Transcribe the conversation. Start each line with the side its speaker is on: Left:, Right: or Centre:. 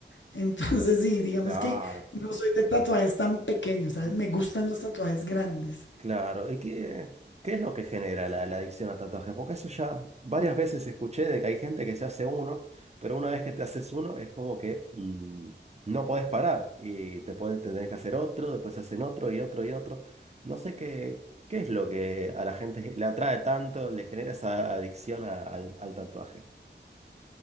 Left: Entonces, <laughs> sí, digamos
Right: Claro.
Left: que no soy de tatuajes tan pequeños, ¿sabes?
Right: mm,
Left: Me gustan los tatuajes grandes.
Right: Claro. ¿Y qué, qué es lo que genera la, la adicción a tatuajes? Porque eso ya varias veces escuché de que hay gente que se hace uno, pero una vez que te haces uno es como que mm, no podés parar y te, podés, te tenés que hacer otro, después se hacen otro y otro y otro. No sé qué, qué es lo que a la gente le atrae tanto, le genera esa adicción a- al, al tatuaje.